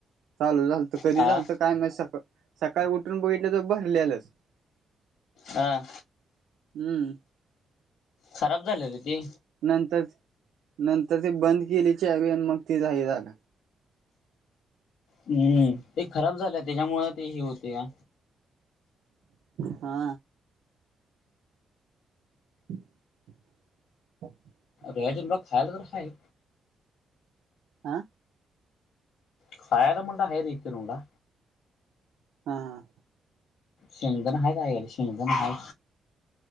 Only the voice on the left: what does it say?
हा
हा
खराब झाले त ती
हम्म ते खराब झालं त्याच्यामुळ ते ही होते या
रज लो खायला तर खाय
खायला म्हंटल तर हाय रे हिथे रूम ला
शेंगदाण आहे बाहेर शेंगदाण आहे